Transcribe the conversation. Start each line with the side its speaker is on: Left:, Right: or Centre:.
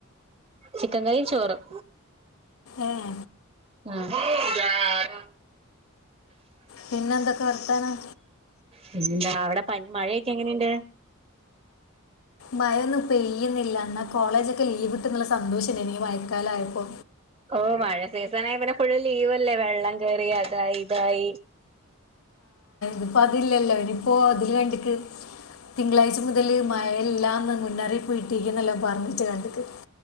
Right: ചിക്കൻ കറിം ചോറും
Left: ഉം
Right: ആ
Left: പിന്നെന്തൊക്കെ വർത്താനം
Right: പിന്നന്ത അവട പനി മഴയൊക്കെങ്ങനെണ്ട്?
Left: മയൊന്നു പെയ്യുന്നില്ല ന്ന കോളേജ് ലീവ്ട്ടുംന്നുള്ള സന്തോഷണ്ടേനി ഈ മയക്കാലായപ്പോ.
Right: ഹോ മഴ സീസണായ പിന്നെ ഫുൾ ലീവല്ലേ വെള്ളം കേറി അതായി ഇതായി.
Left: പ്പത് തില്ലല്ലോ ഇനിപ്പോ തിൽ രണ്ട്ക്ക് തിങ്കളാഴ്ച മുതല് മയ ഇല്ലാന്ന് മു മുന്നറിയിപ്പ്‌ കിട്ടീക്ക്ന്നല്ലോ പറഞ്ഞച്ച് കണ്ട്ക്ക്.